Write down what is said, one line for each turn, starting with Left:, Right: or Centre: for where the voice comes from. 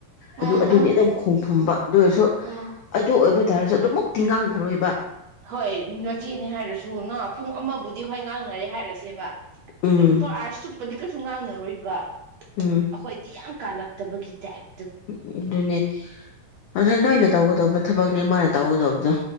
Right: ꯎꯝ
Left: ꯑꯗꯨ ꯑꯗꯨꯅꯤ
Right: ꯎꯝ
Left: ꯑꯗꯨꯝ ꯈꯣꯡꯐꯝꯕ ꯑꯗꯨ ꯑꯣꯏꯔꯁꯨ
Right: ꯎꯝ
Left: ꯑꯗꯨ ꯑꯣꯏꯕ ꯇꯥꯔꯁꯨ ꯑꯗꯨꯃꯛ ꯇꯤꯡꯉꯥꯡꯅꯔꯣꯏꯕ
Right: ꯍꯣꯏ ꯃꯆꯦꯅꯤ ꯍꯥꯏꯔꯁꯨ ꯅ ꯄꯨꯡ ꯑꯃꯕꯨꯗꯤ ꯍꯣꯏ ꯉꯥꯡꯅꯔꯦ ꯍꯥꯏꯔꯦ ꯇꯦꯕ
Left: ꯎꯝ
Right: ꯇ꯭ꯋꯦꯟꯇꯤ ꯐꯣꯔ ꯑꯥꯋꯥꯔꯁ ꯆꯨꯞꯄꯗꯤ ꯀꯩꯁꯨ ꯉꯥꯡꯅ ꯑꯔꯣꯏꯕ
Left: ꯎꯝ
Right: ꯑꯩꯈꯣꯏꯗꯤ ꯌꯥꯝ ꯀꯥꯜꯂꯛꯇꯕꯒꯤ ꯇꯥꯏꯞ
Left: ꯎꯝ ꯑꯗꯨꯅꯦ ꯑꯗꯨ ꯅꯣꯏꯅ ꯇꯧꯒꯗꯧꯕ ꯊꯕꯛꯅꯦ ꯃꯥꯅ ꯇꯧꯒꯗꯕꯗꯣ